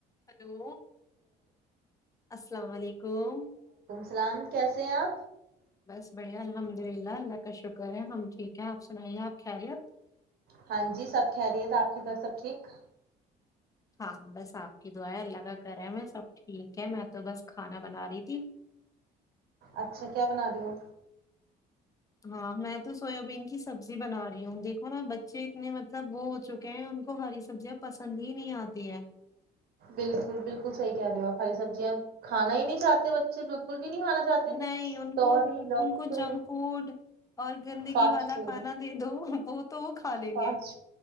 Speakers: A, on the left; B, on the right.
A: ہلو السلام علیکم
B: سلام کیسے ہیں آپ
A: بس بڑھیا الحمد للہ اللہ کا شکر ہے ہم ٹھیک ہیں آپ سنائیے آپ خیریت
B: ہاں جی سب کہہ رہی ہے تھا آپ کے گھر سب ٹھیک
A: ہاں بس آپ کی دعائیں اللہ کا کرا میں سب ٹھیک ہے میں تو بس کھانا بنا رہی تھی
B: اچھا کیا بنا رہی ہو
A: ہاں میں تو سویابین کی سبزی بنا رہی ہوں دیکھو نا بچے اتنے مطلب وہ ہو چکے ہیں ان کو ہری سبزیاں پسند ہی نہیں آتی ہے
B: بالکل بالکل صحی کہہ رہے ہو آپ ہری سبزیاں کانا ہی نہیں چاہتے بچے بالکل بھی نہیں کھانا چاہتے
A: نہیں ان کو
B: توری لوکی
A: ان کو
B: تو
A: جنک فوڈ اور گندگی
B: فاسٹ
A: والا
B: فوڈ
A: کھانا دے دو وہ تو وہ کھا لیں
B: فاسٹ
A: گے